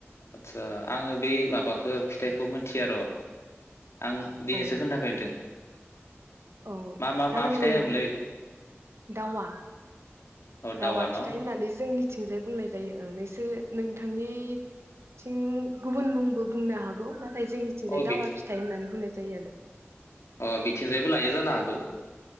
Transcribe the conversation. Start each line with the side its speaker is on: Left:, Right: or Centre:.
Left: आदसा आङो बै माबाखौ फिथाइखौ मोनथि र आं दिनैसो
Right: औ
Left: खोन्थाफेरदों
Right: औ
Left: मा मा
Right: जानांगौ
Left: मा फिथाइ होनोमोनलाय बेखौ
Right: दावा
Left: औ
Right: दावा
Left: न'
Right: फिथाइ होननानै जोंनिथिंजाय बुंनाय जायो ओं नोंथांनिथिं गुबुन मुंबो बुंनो हागौ ना ना जोंनिथिंजाय
Left: अ बि
Right: दावा फिथाय होननानै बुंनायजायो जायो आरो
Left: अ बिथिंजायबो लायो जानो हागौ